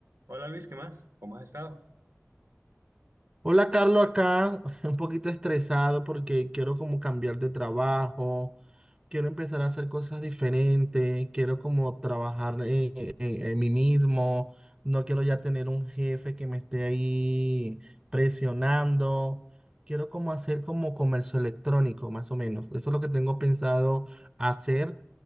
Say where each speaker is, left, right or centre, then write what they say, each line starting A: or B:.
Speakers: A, on the right; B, on the right.
A: Hola Luis, ¿qué más? ¿Cómo has estado?
B: Hola, Carlos, acá <laughs> un poquito estresado porque quiero como cambiar de trabajo, quiero empezar a hacer cosas diferentes, quiero como trabajar en, en- en mí mismo, no quiero ya tener un jefe que me esté ahí presionando, quiero como hacer como comercio electrónico, más o menos. Eso es lo que tengo pensado hacer.